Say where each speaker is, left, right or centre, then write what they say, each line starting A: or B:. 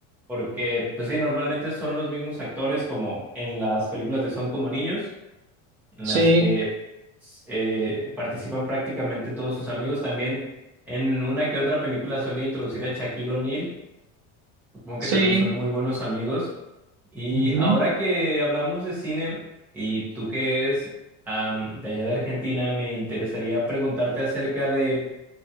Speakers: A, in the centre; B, on the right.
A: Porque, pues sí, normalmente son los mismos actores como en las películas de Son como niños, en
B: Sí,
A: las que eh, participan prácticamente todos sus amigos. También en una que otra película suele introducir a Shaquille O'Neal, supongo
B: sí.
A: que también son muy buenos amigos. Y
B: Ujú.
A: ahora que hablamos de cine, y tú que eres am, de allá de Argentina, me interesaría preguntarte acerca de,